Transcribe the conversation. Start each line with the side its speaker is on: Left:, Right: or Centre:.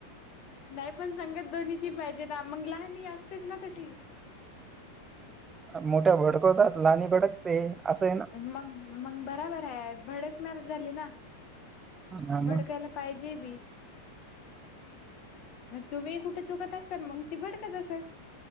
Left: नाही पण सांगत दोन्हीची पाहिजे ना, मग लहान हे असतेच ना तशी.
Right: मोठ्या भडकवतात, लाहनी भडकते असं आहे ना.
Left: मग मग बराबर आहे, भडकणार झाली ना.
Right: हा
Left: भडकायला
Right: मग
Left: पाहिजे बी, तुम्ही कुठे चौकत तसं मग ती, भडकत असलं.